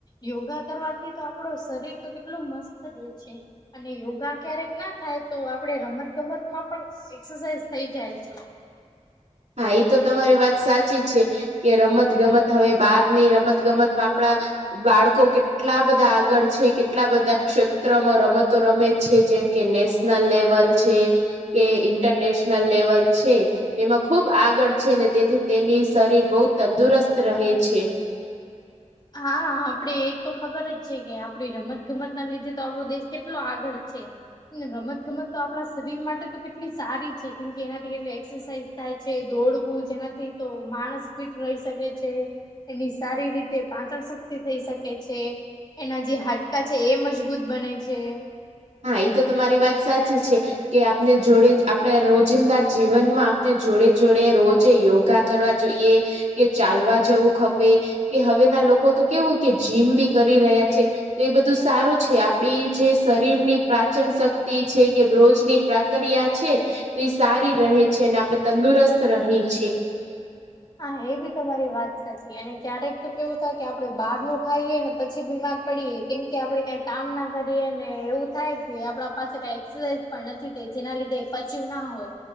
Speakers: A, on the left; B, on the right.
A: યોગા કરવાથી તો આપડો શરીર તો કેટલો મસ્ત રે છે. અને યોગા ક્યારેક ના થાય, તો આપડે રમત ગમતમાં પણ એક્સરસાઇઝ થઈ જાય છે.
B: હા, એ તો તમારી વાત સાચી છે. કે રમત ગમત, હવે બાર ની રમત ગમતમાં આપણા બાળકો કેટ ટલા બધા આગળ છે, કેટલા બધા ક્ષેત્રમાં રમતો રમે છે, જેમ કે નેસ નલ લેવલ છે, કે ઇન્ટરનેશનલ લેવલ છે, એમાં ખૂબ આગળ છે, ને તેથી તેની શરીર બહુ તંદુરસ્ત રહે છે.
A: <inaudible> હા, આપડે એ તો ખબર જ છે કે, આપડી રમત ગમત ના લીધે તો આપણો દેશ કેટલો આગળ છે. ને રમત ગમત તો આપડા શરીર માટે તો કેટલી સારી છે, કેમ કે એનાથી એટલે એક્સરસાઇઝ થાય છે, દોડવું જેના તો માણસ ફિટ રહી શકે છે, એની સારી રીતે પાચન શક્તિ થઈ શકે છે. એના જે હાડકા છે એ મજબૂત બને છે.
B: હા, એ તો તમારી વાત સાચી છે. કે આપને જોડેજ, આપડે રોજિંદાર જીવન માં આપને જોડે જોડે રોજે યોગા કરવા જોઈએ કે ચાલવા જવું ખપે, કે હવે ના લોકો તો કેવું કે જીમ બી કરી રહ્યા છે. તો એ બધું સારું છે, આપડીજે સ રીર ની પ્રાચન શક્તિ છે, કે બ્રોજ ની પ્રક્રિયા છે. ઇ સારી રહે છે, અને આપડણે તંદુરસ્ત રહી છીએ.
A: હા, એ બી તમારી વાત સાચી, અને ક્યારેક તો કેવું થાય કે આપડે બહાર નું ખાઈએ, ને પછી બીમાર પડીએ. કેમ કે આપડે કઈ કામ ના કરીએ, ને એવું થાય કે આપણા પાસે કઈ એક્સરસાઇઝ પણ નથી થઈ, જેના લીધે એ પચ્યું ના હોય.